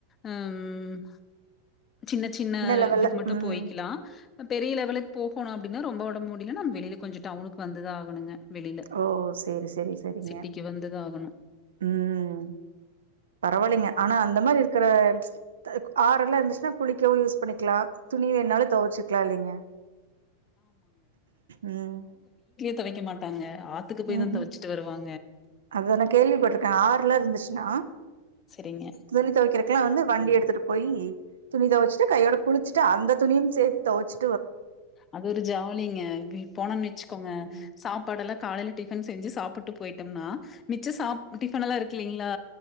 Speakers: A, on the left; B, on the right.
A: அம் சின்ன சின்ன
B: லெவல்ல
A: இதுக்கு மட்டு
B: ம்
A: போயிக்கலா அ பெரிய லெவலு போகோணு அப்டின்னா ரொம்ப ஒடம்பு முடியலன்னா நம் வெளியில கொஞ்ச டவுனுக்கு வந்துதா ஆகணுங்க வெளியில
B: ஓ செரி செரி செரிங்க
A: சிட்டிக்கு வந்து தான் ஆகணும்.
B: ம் பரவால்லைங்க ஆனா அந்த மாரி இரு க்கற க ஆறெல்லா இருந்துச்சுனா குளிக்கவு யூஸ் பண்ணிக்கலா து ணி வேண்ணாலு தொவச்சுக்கலா இல்லைங்க ம்
A: தொவைக்க மாட்டாங்க ஆத்துக்கு போய்
B: ம்
A: தான்
B: ஹும்
A: துவைச்சுட்டு வருவாங்க.
B: அத நா கேள்விப்பட்ருக்கே ஆ றெல்லா இருந்துச்சுனா
A: சரிங்க.
B: துணி தொவைக்கிறக்கு எல்லா வந்து வண்டி எடுத்துட்டு போயி துணி தொவச்சுட்டு கையோட குளிச்சுட்டு அந்த துணியும் சேத்து தொவச்சு
A: அது ஒரு ஜாலிங்க கி போனோன்னு வச்சுக்கோங்க
B: ம்
A: சாப்பாடல்லா காலைல டிஃபன் செஞ்சு சாப்புட்டு போயிட்டம்னா மிச்ச சா டிஃபனல்லா இருக்குல்லீங் ளா